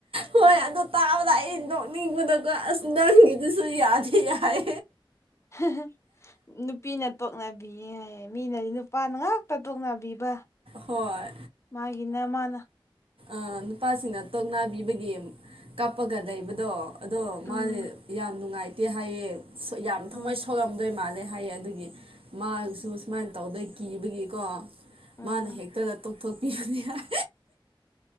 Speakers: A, on the right (about 85°); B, on the left (about 30°).
A: ꯍꯣꯏ ꯑꯗꯣ ꯇꯥꯕꯗ ꯑꯩ ꯅꯣꯛꯅꯤꯡꯕꯗꯀꯣ ꯑꯁ ꯅꯪꯒꯤꯗꯨꯁꯨ ꯌꯥꯗꯦ ꯌꯥꯏ
B: <unintelligible> ꯅꯨꯄꯤꯅ ꯇꯣꯛꯅꯕꯤꯌꯦ ꯍꯥꯏꯌꯦ ꯃꯤꯅꯗꯤ ꯅꯨꯞ ꯄꯥꯥꯅ ꯉꯥꯛꯇ ꯇꯣꯛꯅꯕꯤꯕ
A: ꯍꯣꯏ
B: ꯃꯥꯒꯤꯅ ꯃꯥꯅ
A: ꯑ ꯅꯨꯄꯥꯁꯤꯡꯅ ꯇꯣꯛꯅꯥꯕꯤꯕꯒꯤ ꯀꯞꯄꯒ ꯂꯩꯕꯗꯣ ꯑꯗꯣ
B: ꯎꯝ
A: ꯃꯥꯁꯦ ꯌꯥꯝ ꯅꯨꯡꯉꯥꯏꯇꯦ ꯍꯥꯏꯌꯦ ꯌꯥꯝ
B: ꯍꯣꯏ
A: ꯊꯃꯣꯏ ꯁꯣꯛꯑꯝ ꯗꯣꯏ ꯃꯥꯜꯂꯦ ꯍꯥꯏꯌꯦ ꯑꯗꯨꯒꯤ ꯃꯥꯁꯨ ꯁꯨꯃꯥꯏꯅ ꯇꯧꯗꯣꯏ ꯀꯤꯕꯒꯤꯀꯣ
B: ꯎꯝ
A: ꯃꯥꯅ ꯍꯦꯛꯇꯗ ꯇꯣꯛꯊꯣꯛꯄꯤꯕꯅꯤ ꯍꯥꯏ